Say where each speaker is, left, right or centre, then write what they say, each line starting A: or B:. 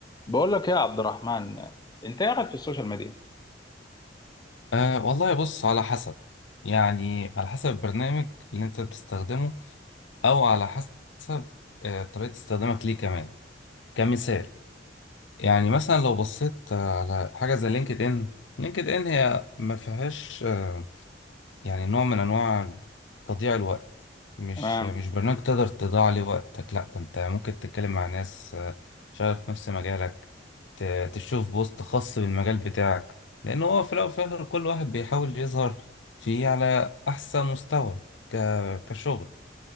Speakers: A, on the left (about 20°); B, on the left (about 85°).
A: بقول لك ايه يا عبد الرحمن انت ايه رايك في السوشيال ميديا
B: أه والله بص على حسب يعني على حسب البرنامج اللي انت بتستخدمه او على حسب أه طريقة استخدامك ليه كمان كمثال يعني مثلا لو بصيت آه، على حاجة زي لينكد ان لينكد ان هي ما فيهاش آه، يعني نوع من انواع تضييع الوقت مش
A: تمام
B: مش برنامج تقدر تضيع عليه وقتك لا ده انت ممكن تتكلم مع ناس آه، شغالة في نفس مجالك ت- تشوف بوست خاص بالمجال بتاعك لان هو في الاول وفي الاخر كل واحد بيحاول يظهر فيه على احسن مستوى ك... كشغل